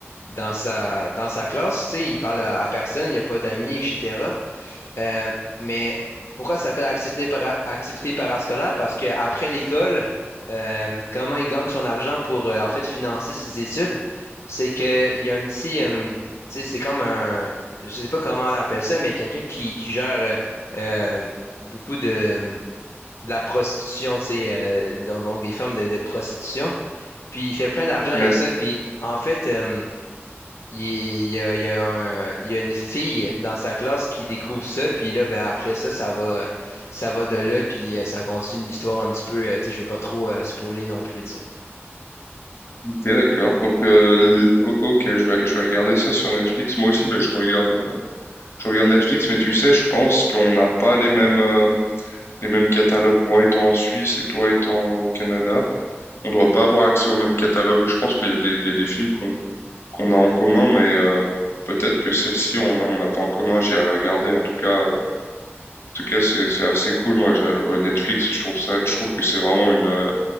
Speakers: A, on the left; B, on the left.
A: dans sa, dans sa classe. Tu sais, il parle à, à personne, il n'y a pas d'amis, etc. Euh, mais pourquoi ça s'appelle activité, para- activité parascolaire? Parce qu'après l'école, euh, comment il gagne son argent pour euh, en fait financer ses études? C'est qu'il y a un petit, euh, tu sais, c'est comme un, je sais pas comment on appelle ça, mais quelqu'un qui, qui gère euh, euh, beaucoup de, de la prostitution, tu sais, euh, donc, donc des formes de, de prostitution. Puis il fait plein d'argent avec
B: Net.
A: ça. Puis en fait, euh, il il y a, il y a un- il y a une fille dans sa classe qui découvre ça, puis là, ben, après ça, ça va, ça va de là, puis euh, ça continue l'histoire un petit peu. euh, tu sais, je veux pas trop euh, spoiler non plus, tu sais.
B: Ok, d'accord. Donc, euh, l- o- ok, je vais, je vais regarder ça sur Netflix. Moi aussi, ben, je regarde, euh, je regarde Netflix, mais tu sais, je pense qu'on n'a pas les mêmes, euh, les mêmes catalogues. Moi étant en Suisse et toi étant au Canada, on doit pas avoir accès au même catalogue. Je pense qu'il y a des, il y a des films qu'on qu'on a en commun, mais euh, peut-être que celle-ci on l'a- on n'a pas en commun. J'ai regardé. En tout cas, euh, en tout cas, c'est c'est assez cool. Moi, j'a- ouais, Netflix, je trouve ça, je trouve que c'est vraiment une euh,